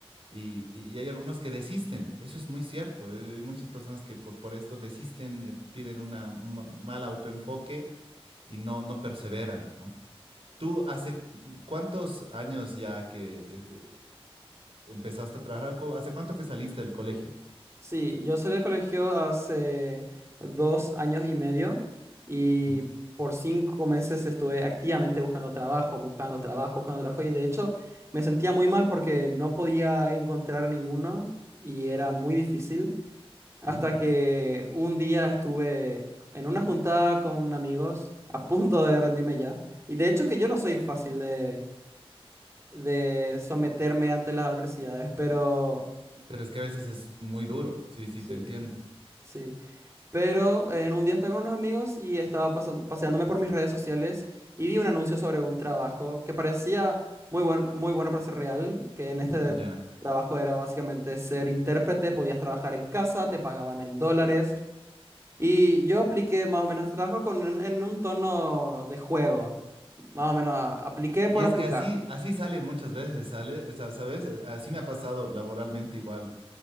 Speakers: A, on the right; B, on the right.
A: Y, y- y hay algunos que desisten, eso es muy cierto. eh, Hay muchas personas que po- por, esto desisten, eh, tienen una, un ma- mal autoenfoque y no, no perseveran, ¿no? ¿Tú hace cu- cuántos años ya que eh, eh, empezaste a trabajar? ¿Cu- ¿Hace cuánto que saliste del colegio?
B: Sí, yo salí del colegio hace dos años y medio y
A: Ujú,
B: por cinco meses estuve activamente buscando trabajo, buscando trabajo, buscando trabajo y de hecho me sentía muy mal porque no podía encontrar ninguno y era muy difícil hasta
A: ujú.
B: que un día estuve en una juntada con amigos a punto de rendirme ya y de hecho que yo no soy fácil de, de someterme ante las adversidades, pero
A: Pero es que a veces es muy duro, sí, sí,
B: sí,
A: te entiendo.
B: sí. Pero eh, en un día estaba con unos amigos y estaba pasan- paseándome por mis redes sociales y vi un anuncio sobre un trabajo que parecía muy bueno, muy bueno para ser real, que en este
A: Ya.
B: trabajo era básicamente ser intérprete, podías trabajar en casa, te pagaban en dólares y yo apliqué más o menos este trabajo con un- en un tono de juego. Más o menos a- apliqué
A: Y
B: por
A: es
B: aplicar.
A: que así, así sale muchas veces, sale, sa- ¿sabes? Así me ha pasado laboralmente igual